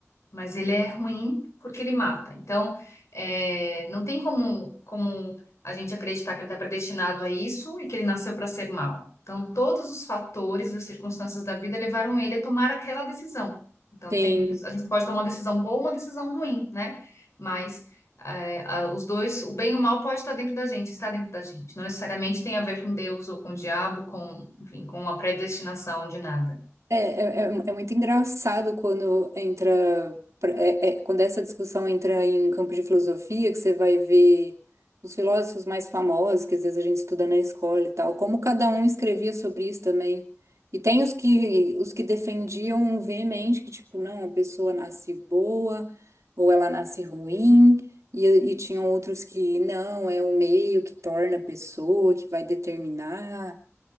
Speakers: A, on the left; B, on the right.
A: mas ele é ruim porque ele mata. Então, é, não tem como, como a gente acreditar que ele está predestinado a isso e que ele nasceu para ser mal. Então, todos os fatores e as circunstâncias da vida levaram ele a tomar aquela decisão. Então,
B: Sim.
A: tem, a gente pode tomar uma decisão boa, ou uma decisão ruim, né? Mas é, a- os dois, o bem e o mal pode estar dentro da gente, está dentro da gente. Não necessariamente tem a ver com Deus ou com o diabo, com, enfim, com uma predestinação de nada.
B: É, é, é é muito engraçado quando entra, pra- é- é- quando essa discussão entra em campo de filosofia, que você vai ver os filósofos mais famosos, que às vezes a gente estuda na escola e tal, como cada um escrevia sobre isso também. E tem os que, os que defendiam veemente que, tipo, não, a pessoa nasce boa ou ela nasce ruim, e, e tinham outros que, não, é o meio que torna a pessoa, que vai determinar.